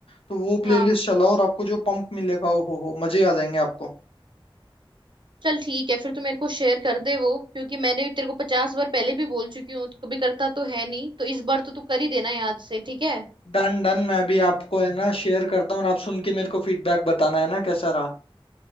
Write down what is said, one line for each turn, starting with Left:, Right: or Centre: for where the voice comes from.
Left: तो वो
Right: हाँ
Left: प्लेलिस्ट चलाओ और आपको जो पंप मिलेगा ओ हो हो मजे आ जाएंगे आपको
Right: चल ठीक है फिर तू मेरे को शेयर कर दे वो क्योंकि मैंने भी तेरे को पचास बार पहले भी बोल चुकी हूँ तो कभी करता तो है नहीं तो इस बार तो तू कर ही देना याद से ठीक है
Left: डन डन मैं अभी आपको है ना शेयर करता हूँ और आप सुन के मेरे को फीडबैक बताना है ना कैसा रहा